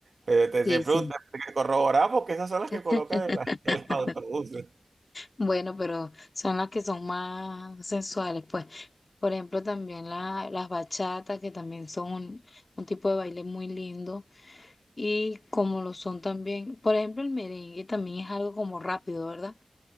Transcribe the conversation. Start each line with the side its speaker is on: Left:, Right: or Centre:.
Right: Pero te,
Left: Sí,
Right: te pregunto,
Left: sí.
Right: te corroborar porque esas son las que
Left: <laughs>
Right: colocan en, la- en los autobuses.
Left: Bueno, pero son las que son más sensuales, pues. Por ejemplo, también la- las bachatas, que también son un, un tipo de baile muy lindo. Y como lo son también, por ejemplo, el merengue también es algo como rápido, ¿verdad?